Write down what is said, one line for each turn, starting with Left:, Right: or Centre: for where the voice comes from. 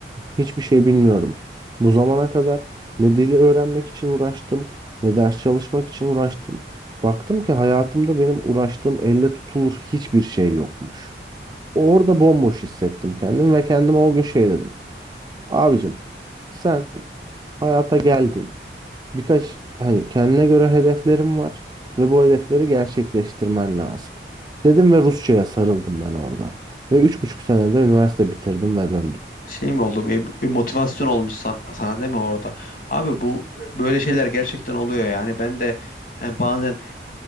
Right: Hiçbir şey bilmiyorum. Bu zamana kadar ne dili öğrenmek için uğraştım, ne ders çalışmak için uğraştım. Baktım ki hayatımda benim uğraştığım elle tutulur hiçbir şey yokmuş. Orada bomboş hissettim kendimi ve kendime o gün şey dedim. Abicim sen hayata geldin. Birkaç hani kendine göre hedeflerim var ve bu hedefleri gerçekleştirmen lazım. Dedim ve Rusça'ya sarıldım ben orada. Ve üç buçuk senede üniversite bitirdim ve döndüm.
Left: Şey mi oldu? Bir, bir motivasyon olmuş sa- sana değil mi orada? Abi bu e, böyle şeyler gerçekten oluyor yani. Ben de e, bazen